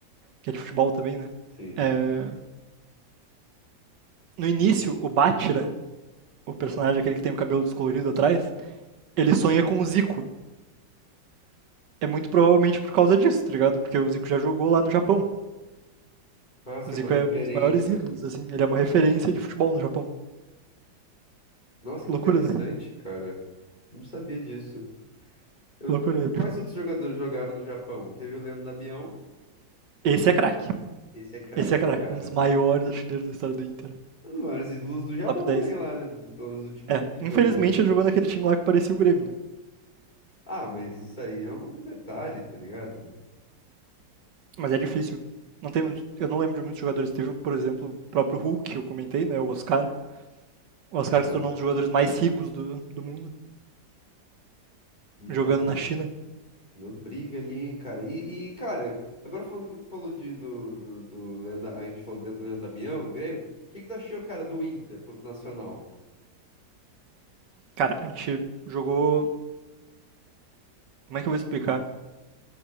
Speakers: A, on the right (about 70°); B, on the left (about 25°).
A: que é de futebol também, né?
B: sim.
A: É, no início, o Bátira, o personagem aquele que tem o cabelo descolorido atrás, ele sonha com o Zico. É muito provavelmente por causa disso, tá ligado? Porque o Zico já jogou lá no Japão.
B: Ah, sim,
A: O Zico
B: é uma referência.
A: é um dos maiores ídolos, assim. Ele é uma referência de futebol no Japão.
B: Nossa,
A: Loucura,
B: que interessante,
A: né?
B: cara. Não sabia disso. Eu-
A: Loucura. Ele-
B: Quais outros jogadores jogaram no Japão? Teve o Leandro Damião.
A: Esse é craque.
B: Esse é craque,
A: Esse é craque.
B: cara.
A: Um dos maiores artilheiros da história do Inter.
B: É Um dos maiores ídolos do Japão
A: Top 10.
B: também lá, né? do- pelo menos do time
A: É.
B: que ele
A: Infelizmente
B: jogou.
A: ele jogou naquele time lá que parecia o Grêmio, né?
B: Ah, mas isso aí é um detalhe, tá ligado?
A: Mas é difícil. Não tem, muito- eu não lembro de muitos jogadores. Teve, por exemplo, o próprio Hulk, que eu comentei, né? O Oscar. O Oscar
B: Aham.
A: que se tornou um dos jogadores mais ricos do, do mundo,
B: E
A: jogando
B: tá tendo
A: na China.
B: briga ali, hein, cara. E, e, cara, agora falando que falou de, do, do, do Leandro, a gente falou de Leandro Damião, Grêmio. O que que tu achou, cara, do Inter contra o Nacional?
A: Cara, a gente jogou. Como é que eu vou explicar?